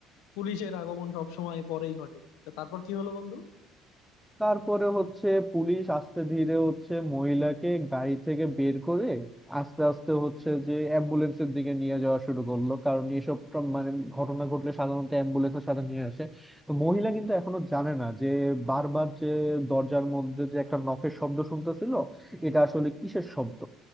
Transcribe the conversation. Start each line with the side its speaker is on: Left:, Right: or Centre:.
Left: পুলিশের আগমন সব সময় পরেই ঘটে তো তারপর কি হলো বন্ধু
Centre: তারপরে হচ্ছে পুলিশ আস্তে ধীরে হচ্ছে মহিলাকে গাড়ি থেকে বের করে আস্তে আস্তে হচ্ছে যে অ্যাম্বুলেন্সের দিকে নিয়ে যাওয়া শুরু করলো কারণ এসব প্র- মানে ঘটনা ঘটলে সাধারণত অ্যাম্বুলেন্সের সাথে নিয়ে আসে তো মহিলা কিন্তু এখনো জানে না যে বারবার যে দরজার মধ্যে যে একটা নখের শব্দ শুনতেছিল এটা আসলে কিসের শব্দ